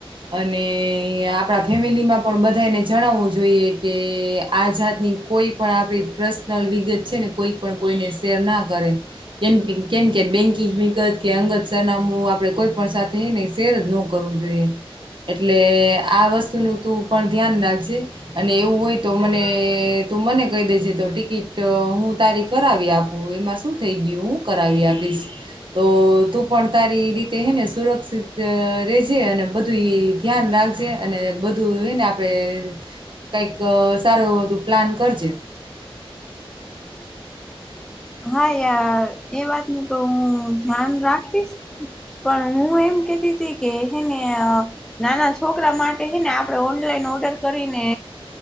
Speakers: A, on the right (about 55°); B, in the centre.
A: અને આપણા ફેમિલીમાં પણ બધાયને જણાવવું જોઈએ કે આ જાતની કોઈ પણ આપણી પ્રસનલ વિગત છે ને કોઈ પણ કોઈને શેર ના કરે કેમ કીં કેમ કે બેન્કિંગ વિગત કે અંગત સરનામું આપડે કોઈ પણ સાથે નઈ શેર જ નો કરવુ જોઈએ એટલે આ વસ્તુનું તું પણ ધ્યાન નાખજે અને એવું હોય તો મને તું મને કહી દેજે તો ટિકિટ હું તારી કરાવી આપું એમાં શું થઈ ઈ ઉં કરાવી આપીશ તો તું પણ તારી રીતે હે ને સુરક્ષિત રેજે અને બધું ઈ ધ્યાન રાખ <unintelligible> અને બધું ઈને આપડે કંઈક સારું એવુ બધુ પ્લાન કરજે
B: હા યાર એ વાત નુ તો હું ધ્યાન રાખીશ પણ ઉં એમ કેતી તી કે હેને અ નાના છોકરા માટે હેને આપણે ઓનલાઈન ઓર્ડર કરીને